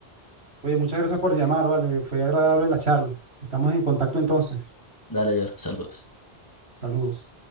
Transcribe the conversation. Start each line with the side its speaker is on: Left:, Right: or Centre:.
Right: Oye, muchas gracias por llamar, vale. Fue agradable la charla. Estamos en contacto entonces.
Left: Dale, George, saludos.
Right: Saludos.